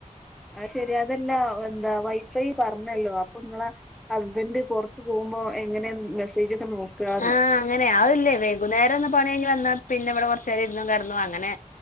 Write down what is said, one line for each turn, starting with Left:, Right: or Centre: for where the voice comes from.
Centre: അയ് ശരി അതെല്ല എന്താ വൈഫൈ പറഞ്ഞല്ലോ അപ്പൊ നിങ്ങള ഹസ്ബൻഡ് പുറത്ത് പോകുമ്പോ എങ്ങനെ മെസ്സേജക്കെ നോക്ക നോക്കാന്ന്
Left: ആഹ് അങ്ങനെ അതില്ലേ വൈകുന്നേരം ഒന്ന് പണി കഴ്ഞ്ഞ് വന്നാൽ പിന്നെ ഇവിടെ കൊറച്ച് നേരം ഇരുന്നും കിടന്നും അങ്ങനെ